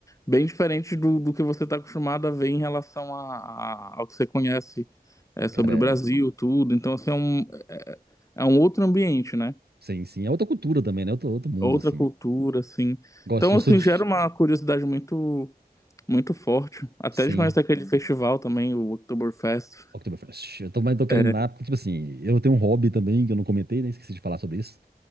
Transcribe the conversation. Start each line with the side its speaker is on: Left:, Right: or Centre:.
Left: bem diferentes do, do que você está acostumado a ver em relação a, a- ao que você conhece é, sobre
Right: Cara, é...
Left: o Brasil, tudo. Então, assim, é um, É um outro ambiente, né?
Right: sim, sim. É outra cultura também, né? Outro, outro mundo,
Left: É Outra
Right: assim.
Left: cultura, assim.
Right: Gosto,
Left: Então,
Right: assim, eu
Left: assim,
Right: sou de.
Left: gera uma curiosidade muito, muito forte. Até
Right: Sim.
Left: de conhecer aquele festival também, o Oktoberfest.
Right: Oktoberfest. Eu tô, mas tô querendo
Left: É,
Right: ir lá, porque, tipo assim, eu tenho um hobby também que eu não comentei, né? Esqueci de falar sobre isso.